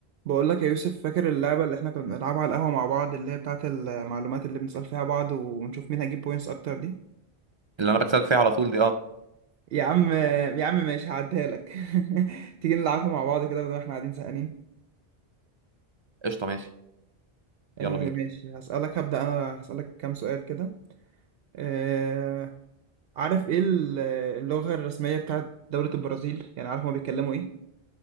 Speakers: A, on the right (about 70°); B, on the right (about 45°).
A: بقول لك يا يوسف فاكر اللعبة اللي احنا كنا بنلعبها على القهوة مع بعض اللي هي بتاعة المعلومات اللي بنسأل فيها بعض ونشوف مين هيجيب بوينتس أكتر دي
B: اللي انا بكسبك فيها على طول دي اه
A: يا عم يا عم ماشي هعديها لك <laughs> تيجي نلعبها مع بعض كده بدل ما احنا قاعدين زهقانين
B: قشطه ماشي
A: آه
B: يلا بينا
A: ماشي هسألك هبدأ أنا هسألك كام سؤال كده آه عارف ايه ال- اللغة الرسمية بتاعة دولة البرازيل يعني عارف هما بيتكلموا ايه